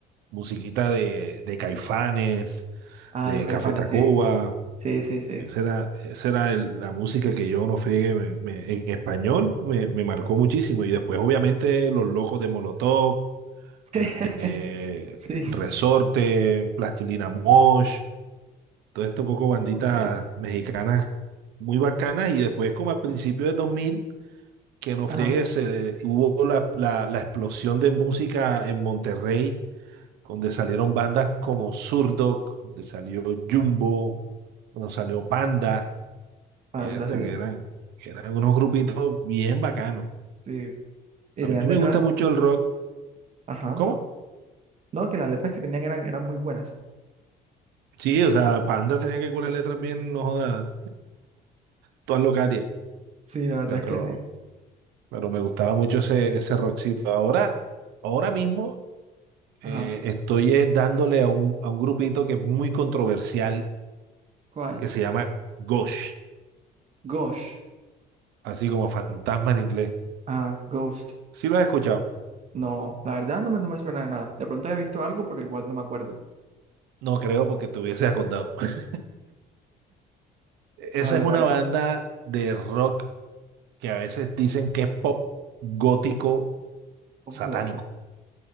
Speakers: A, on the right; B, on the right.
A: musiquita de, de Caifanes,
B: Ah,
A: de
B: los Caifanes,
A: Café Tacuba.
B: sí. Sí, sí, sí.
A: Esa era, esa era el- la música que yo no friegue me- me- en español, me, me marcó muchísimo. Y después, obviamente, Los Locos de Molotov,
B: <laughs>
A: este,
B: Sí,
A: Resorte, Plastilina Mosh todo esto poco banditas
B: ok.
A: mexicanas muy bacanas y después como al principio de dos mil que no
B: Ajá.
A: friegue, se de- hubo la, la, la explosión de música en Monterrey, donde salieron bandas como Zurdok, donde salió Jumbo, donde salió Panda,
B: Panda,
A: mierda,
B: sí,
A: que eran, que eran unos grupitos bien bacanos.
B: sí. Y
A: A
B: tenían
A: mí
B: letras,
A: me gusta mucho el rock.
B: ajá.
A: ¿Cómo?
B: No, que las letras que tenían eran, eran muy buenas.
A: Sí, o sea, Panda tenía que curar letras bien, no jodas, todas locarias,
B: Sí, la verdad
A: pero...
B: es que sí.
A: Pero me gustaba mucho ese, ese rockcito. Ahora, ahora mismo eh,
B: Ajá.
A: estoy eh, dándole a un, a un grupito que es muy controversial,
B: ¿Cuál?
A: que se llama Ghost,
B: Gosh.
A: así como fantasma en inglés.
B: Ah, Ghost.
A: ¿Sí lo has escuchado?
B: No, la verdad no me, no me suena de nada. De pronto había visto algo, pero igual no me acuerdo.
A: No creo porque te hubiese acordado. <laughs> Esa
B: A ver,
A: es una
B: a ver.
A: banda de rock que a veces dicen que es pop gótico
B: Pop
A: satánico,
B: Gótica.